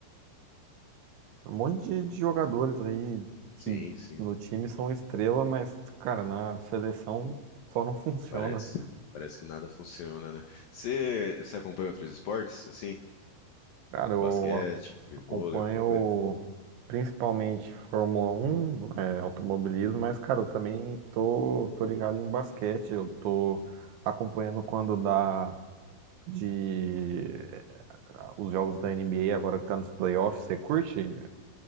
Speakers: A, on the right; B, on the left.
A: Um monte de, de jogadores aí que
B: Sim, sim.
A: no time são estrela, mas, cara, na seleção só não <laughs> funciona.
B: Parece, parece que nada funciona, né? Você, você acompanha outros esportes, assim?
A: Cara, eu
B: Basquete,
A: a- acompanho
B: vôlei, alguma coisa?
A: principalmente Fórmula um é, automobilismo, mas, cara, eu também tô, tô ligado em basquete. Eu tô acompanhando quando dá de eh, os jogos da NBA, agora que tá nos playoffs. Você curte?